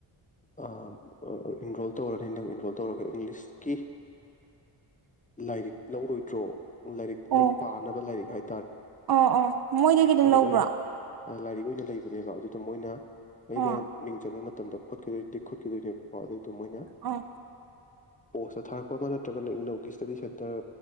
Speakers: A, on the left; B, on the right.
A: ꯑ ꯏꯟꯔꯣꯜ ꯇꯧꯔꯅꯤ ꯅꯪ ꯏꯟꯔꯣꯜ ꯇꯧꯔꯒ ꯏꯪꯂꯤꯁꯀꯤ ꯂꯥꯏꯔꯤꯛ ꯂꯧꯔꯣꯏꯗ꯭ꯔꯣ ꯂꯥꯏꯔꯤꯛ
B: ꯑꯣ
A: ꯅꯪ ꯄꯥꯅꯕ ꯂꯥꯏꯔꯤꯛ ꯍꯥꯏ
B: ꯑꯣ ꯑꯣ ꯃꯣꯏꯗꯒꯤ ꯑꯗꯨꯝ ꯂꯧꯕ꯭ꯔꯣ
A: ꯑꯣꯏꯅ ꯂꯥꯏꯔꯤꯛ ꯑꯣꯏꯅ ꯂꯩꯕꯅꯦꯕ ꯑꯗꯨꯗ ꯃꯣꯏꯅ ꯑꯩꯅ
B: ꯑꯣ
A: ꯃꯤꯡ ꯆꯟꯕ ꯇꯝꯗ ꯈꯣꯠꯈꯤꯗꯣꯏꯅꯦ ꯇꯤꯛ ꯈꯣꯠꯈꯤꯗꯣꯏꯅꯦ ꯀꯣ ꯑꯗꯨꯗꯣ ꯃꯣꯏꯅ
B: ꯑꯣ
A: ꯄꯣꯁꯇ ꯊꯥꯔꯛꯄ ꯑꯃ ꯅꯠꯇ꯭ꯔꯒꯅ ꯏꯛꯅꯧꯒꯤ ꯏꯁꯇꯗꯤ ꯁꯦꯟꯇꯔ